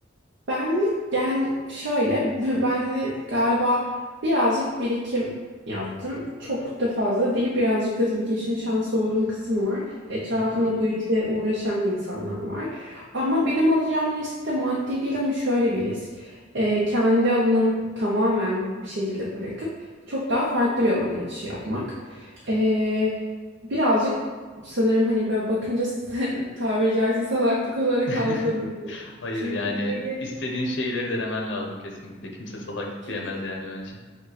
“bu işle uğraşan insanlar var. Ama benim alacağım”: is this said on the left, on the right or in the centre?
Right